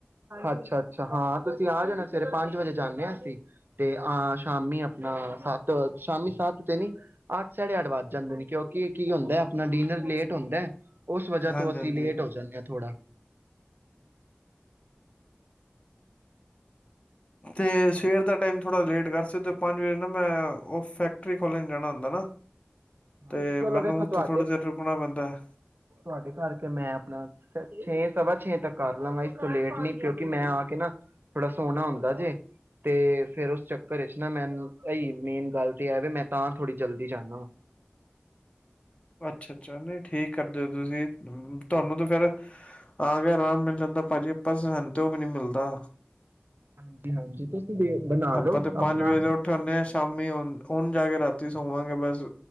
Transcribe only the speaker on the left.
ਹਾਂਜੀ
ਹਾਂਜੀ
ਤੇ ਸਵੇਰ ਦਾ ਟਾਈਮ ਥੋੜਾ ਲੇਟ ਕਰ ਸਕਦੇ ਹੋ ਤੇ ਪੰਜ ਵਜੇ ਨਾ ਮੈਂ ਉਹ ਫੈਕਟਰੀ ਖੋਲਣ ਜਾਣਾ ਹੁੰਦਾ ਹੈ ਨਾ
ਤੇ
ਮੈਨੂੰ
ਉੱਥੇ
ਥੋੜ੍ਹੀ ਦੇਰ ਰੁਕਣਾ ਪੈਂਦਾ ਹੈ
ਅੱਛਾ ਅੱਛਾ ਨਹੀਂ ਠੀਕ ਕਰਦੇ ਹੋ ਤੁਸੀਂ ਤੁਹਾਨੂੰ ਤਾਂ ਫੇਿਰ ਆ ਕੇ ਆਰਾਮ ਮਿਲ ਜਾਂਦਾ ਭਾਜੀ ਆਪਾਂ ਸਹਿਣ ਤੇਓ ਵੀ ਨਹੀਂੀ ਮਿਲਦਾ
ਆਪਾਂ
ਤੇ ਪੰਜ
ਵਜੇ ਤੋਂ ਉੱਠੇ ਹਦੇ ਹਾਂ ਸ਼ਾਮੀ ਉਹਣ ਜਾ ਕੇ ਰਾਤੀ ਸੋਵਾਂਗੇ ਬਸ